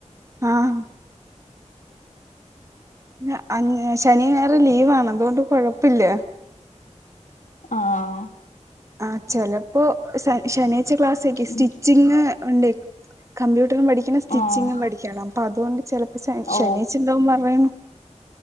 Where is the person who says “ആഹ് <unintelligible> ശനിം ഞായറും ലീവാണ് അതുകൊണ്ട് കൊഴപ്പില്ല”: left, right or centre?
Right